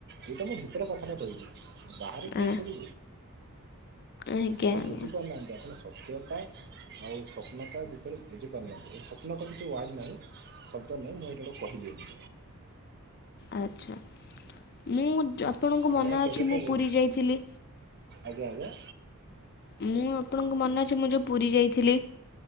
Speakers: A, on the right; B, on the left.
A: ଏଇଟା ମୁଁ ଭିତରେ କଥାଟା କହିଲି ବାହାରେ ସେମିତି
B: ଆଁ,
A: ଥୋଡି
B: ଆଜ୍ଞା
A: ଆପଣ
B: ଆଜ୍ଞା
A: ବୁଝିପାରୁନାହାନ୍ତି ଆପଣ ସତ୍ୟତା ଆଉ ସ୍ୱପ୍ନତା ଭିତରେ ବୁଝିପାରୁନାହାନ୍ତି ଏଟ ସ୍ୱପ୍ନତା କିଛି ୱାର୍ଡ଼ ନାହିଁ ସ ନାହିଁ ଏଇଟା ଗୋଟେ କହିିଲି ଏମ୍
B: ମୁ ଯ ଆପଣଙ୍କ
A: କାରଣ
B: ମନେ ଅଛି
A: କେବେ କେବେ
B: ମୁଁ ପୁରୀ ଯାଇଥିଲି।
A: ଆଜ୍ଞା ଆଜ୍ଞା।
B: ମୁଁ ଆପଣଙ୍କୁ ମନେ ଅଛି ମୁଁ ଯଉ ପୁରୀ ଯାଇଥିଲି।